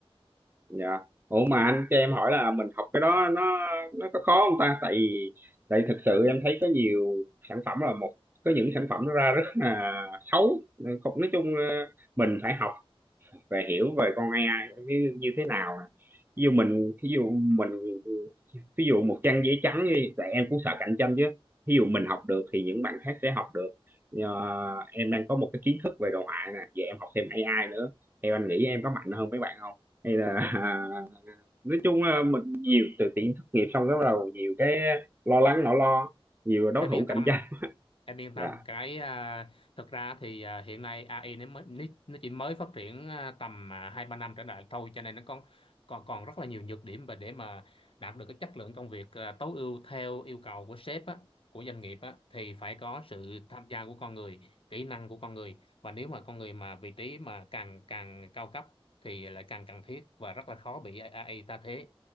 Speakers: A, on the right (about 20°); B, on the left (about 65°).
A: Dạ. Ủa mà anh cho em hỏi là mình học cái đó nó nó có khó không ta? Tại tại thực sự em thấy có nhiều sản phẩm là một có những sản phẩm nó ra rất là xấu. Không nói chung ờ, mình phải học về hiểu về con AI như, như thế nào nè. Ví dụ mình ví dụ mình ví dụ một trang giấy trắng đi, tại em cũng sợ cạnh tranh chứ. Ví dụ mình học được thì những bạn khác sẽ học được. Ờ, em đang có một cái kiến thức về đồ họa nè, vậy em học thêm AI nữa. Theo anh nghĩ em có mạnh hơn mấy bạn không? Hay là <laughs> nói chung là mình nhiều từ tiện thất nghiệp xong cái bắt đầu nhiều cái lo lắng nỗi lo nhiều đối
B: em
A: thủ
B: yên
A: cạnh
B: tâm
A: tranh
B: em yên
A: dạ
B: tâm cái à, thực ra thì à, hiện nay AI nó mới nó nó chỉ mới phát triển à, tầm à, hai ba năm trở lại thôi cho nên nó còn còn còn rất là nhiều nhược điểm và để mà đạt được cái chất lượng công việc à, tối ưu theo yêu cầu của sếp á, của doanh nghiệp á, thì phải có sự tham gia của con người kỹ năng của con người và nếu mà con người mà vị trí mà càng càng cao cấp thì lại càng cần thiết và rất là khó bị AI ta thế